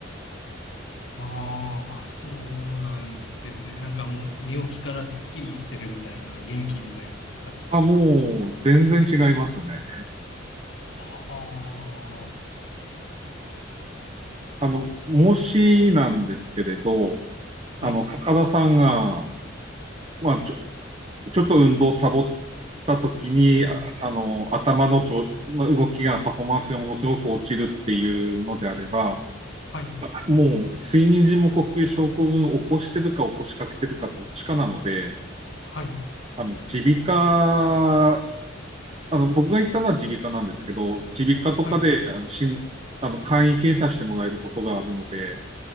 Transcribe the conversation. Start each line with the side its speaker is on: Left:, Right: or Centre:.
Left: あーあ、そうなんですね。なんかもう寝起きからスッキリしてるみたいな、元気みたいな感じですか
Right: <laughs> あ、もう、全然違いますね。
Left: はあ、
Right: あの、もしなんですけれど、
Left: はい、
Right: あの、坂田さんが、まあ、ちょ、ちょっと運動をサボった時に、
Left: はい、
Right: ああの、頭のちょ、まあ、動きが、パフォーマンスがものすごく落ちるっていうのであれば、
Left: はい、
Right: もう睡眠時無呼吸症候群を起こしてるか起こしかけてるかどっちかなので、
Left: はい、
Right: あの、耳鼻科、あの、僕が行ったのは耳鼻科なんですけど、耳鼻科とかで、
Left: はい、
Right: あの、しん、あの、簡易検査してもらえることがあるので、